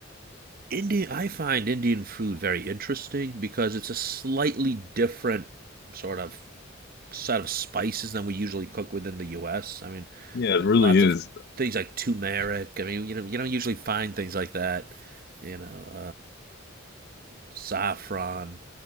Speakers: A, on the right; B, on the left.
A: Indian, I find Indian food very interesting because it's a slightly different sort of set of spices than we usually cook within the U.S. I mean,
B: Yeah, it really
A: lots
B: is.
A: of things like turmeric. I mean, you know, you don't usually find things like that. You know, saffron.